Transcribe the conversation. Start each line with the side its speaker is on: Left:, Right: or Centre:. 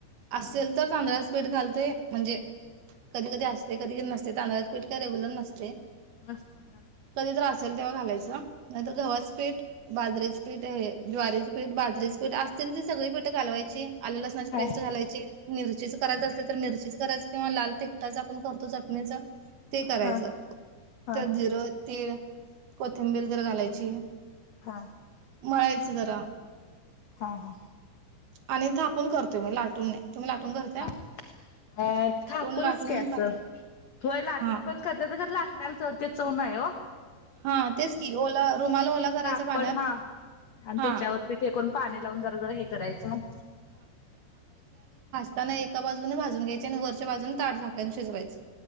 Left: हा
Right: असेल तर तांदळाच पीठ घालतोय म्हणजे कधी कधी अस ते कधीध नसते तांदळा पीठ काय रेगुलर नसते.
Left: नस्त हा <unintelligible>
Right: कधी तर तेव्हा घालायच नंतर गव्हाच पीठ बाजरीेच पीठ हे ज्वारीच पीठ बाजरीेच पीठ अस तीन ती सगळी पीठं कालवायची आलं लसणाची
Left: हा
Right: पेस्ट घालायची मिरचीच करायचं असल तर मिरचीच करायच किंवा लाल तिकटाच आपण करतो चटणीच
Left: हा
Right: ते करायचं
Left: हा
Right: त्यात जिरं तीळ कोथिंबीर जरा घालायची.
Left: हा
Right: मळायचं जरा
Left: हा
Right: आणि थापून कर तुम्ही लाटून नाही तुम्ही लाटून करताय
Left: हा अ थापूनच
Right: कोण लाटून
Left: की असं
Right: पण करतात
Left: होय लाटून
Right: हा
Left: पण करत्यात तर लाट त तर तेो चौव नाही आओ
Right: हा तेच की ओला रुमाला ओला करायचा
Left: कापड
Right: पाण्यात
Left: हा आणि
Right: हा.
Left: त्याच्यावरती फेकून पाणी लावून जरा जरा हे करायचं
Right: त्यांना एका बाजूने भाजून घ्यायची आणि वरच्या बाजून ताट झाकायून शिजवायच.